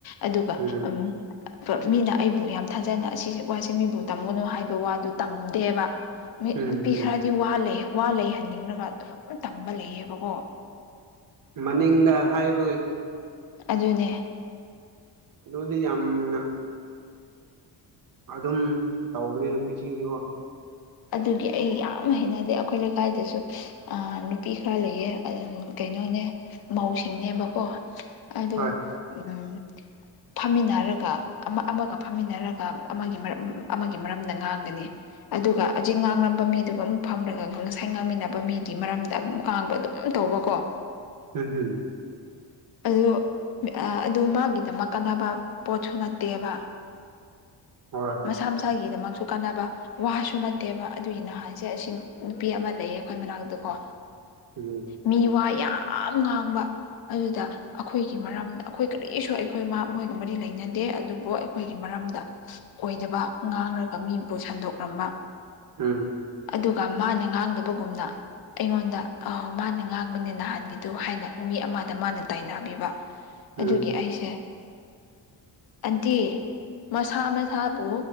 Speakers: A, on the left; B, on the right.
A: ꯑꯗꯨꯒ
B: ꯎꯝ
A: ꯎ ꯃꯤꯅ ꯑꯩꯕꯨ ꯌꯥꯝ ꯊꯥꯖꯅ ꯑꯁꯤ ꯋꯥꯁꯦ ꯃꯤꯕꯨ ꯇꯝꯒꯅꯨ ꯍꯥꯏꯕ ꯋꯥꯗꯨ ꯇꯝꯗꯦꯕ ꯃꯤ
B: ꯎꯝ
A: ꯅꯨꯄꯤ
B: ꯎꯝ
A: ꯈꯔꯗꯤ ꯋꯥ ꯂꯩ ꯋꯥ ꯂꯩꯍꯟꯅꯤꯡꯂꯒ ꯑꯗꯨꯝ ꯇꯝꯕ ꯂꯩꯌꯦꯕꯀꯣ
B: ꯃꯅꯤꯡꯗ ꯍꯥꯏꯕꯒꯤ
A: ꯑꯗꯨꯅꯦ
B: ꯑꯗꯨꯗꯤ ꯌꯥꯝꯅ ꯑꯗꯨꯝ ꯇꯧꯅꯤ ꯅꯨꯄꯤꯁꯤꯡꯁꯤꯕꯣ
A: ꯑꯗꯨꯒꯤ ꯑꯩ ꯌꯥꯝꯅ ꯍꯩꯅꯗꯦ ꯑꯩꯈꯣꯏ ꯂꯩꯀꯥꯏꯗꯁꯨ ꯅꯨꯄꯤ ꯈꯔ ꯂꯩꯌꯦꯝ ꯀꯩꯅꯣꯅꯦ ꯃꯧꯁꯤꯡꯅꯦꯕꯀꯣ ꯑꯗꯣ
B: ꯍꯣꯏ
A: ꯎꯝ ꯐꯝꯃꯤꯟꯅꯔꯒ ꯑꯃ ꯑꯃꯒ ꯐꯝꯃꯤꯟꯅꯔꯒ ꯑꯃꯒꯤ ꯃꯔꯝ ꯑꯃꯒꯤ ꯃꯔꯝꯗ ꯉꯥꯡ ꯅꯤ ꯑꯗꯨꯒ ꯍꯧꯖꯤꯛ ꯉꯥꯡꯂꯝꯕ ꯃꯤꯗꯨꯒ ꯑꯃꯨꯛ ꯐꯝꯂꯒ ꯉꯁꯥꯏ ꯉꯥꯡꯃꯤꯟꯅꯕ ꯃꯤꯗꯤ ꯃꯔꯝꯗ ꯑꯃꯨꯛ ꯀꯥꯡꯥꯡꯕ ꯑꯗꯨꯝ ꯇꯧꯕꯀꯣ
B: ꯍꯝ ꯍꯨꯝ
A: ꯑꯗꯨ ꯑꯗꯨ ꯃꯥꯒꯤꯗꯃꯛ ꯀꯥꯟꯅꯕ ꯄꯣꯠꯁꯨ ꯅꯠꯇꯦꯕ
B: ꯍꯣꯏ ꯍꯣꯏ
A: ꯃꯁꯥ ꯃꯁꯥꯒꯤꯗꯃꯛꯁꯨ ꯀꯥꯟꯅꯕ ꯋꯥꯁꯨ ꯅꯠꯇꯦꯕ ꯑꯗꯨꯒꯤ ꯅꯍꯥꯟꯁꯦ ꯑꯁꯤ ꯅꯨꯄꯤ ꯑꯃ ꯂꯩꯌꯦ ꯑꯩꯈꯣꯏ ꯃꯅꯥꯛꯇꯀꯣ
B: ꯎꯝ
A: ꯃꯤ ꯋꯥ ꯌꯥꯝ ꯉꯥꯡꯕ ꯑꯗꯨꯗ ꯑꯩꯈꯣꯏꯒꯤ ꯃꯔꯝꯗ ꯑꯩꯈꯣꯏ ꯀꯔꯤꯁꯨ ꯑꯩꯈꯣꯏ ꯃꯣꯏꯒ ꯃꯔꯤ ꯂꯩꯅꯗꯦ ꯑꯗꯨꯕꯨ ꯑꯩꯈꯣꯏꯒꯤ ꯃꯔꯝꯗ ꯑꯣꯏꯗꯕ ꯉꯥꯡꯔꯒ ꯃꯤꯄꯨ ꯁꯟꯗꯣꯛꯂꯝꯝꯕ
B: ꯎꯝ
A: ꯑꯗꯨꯒ ꯃꯥꯅ ꯉꯥꯡꯗꯕꯒꯨꯝꯅ ꯑꯩꯉꯣꯟꯗ ꯃꯥꯅ ꯉꯥꯡꯕꯅꯦ ꯅꯍꯥꯟꯅꯤꯗꯨ ꯍꯥꯏꯅ ꯃꯤ ꯑꯃꯗ ꯃꯥꯅ ꯇꯥꯏꯅꯥꯕꯤꯕ ꯑꯗꯨꯒꯤ
B: ꯎꯝ
A: ꯑꯩꯁꯦ ꯑꯟꯇꯤ ꯃꯁꯥ ꯃꯁꯥꯕꯨ